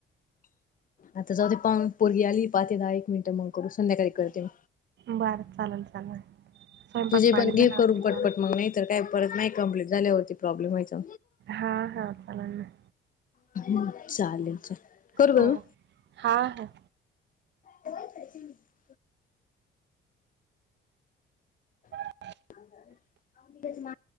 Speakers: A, on the left; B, on the right.
A: आता जाऊ ते पाोरगी आली पाहते दहा एक मिनिटं मग करू संध्याकाळी ते
B: बरं चालेल चालेल स्वयंपाक
A: तुझे
B: पाणी
A: पण
B: झाला
A: गे
B: होते
A: करून पटपट
B: कारण
A: मग नाही तर काय परत नाही कं्प्लीट झाल्यावरती प्रॉब्लेम व्हायचा
B: हा हा चाला ना
A: ह चालेल चालेल करू
B: हो
A: का मी
B: हा ह
A: होयच त
B: ह
A: ह ठीक म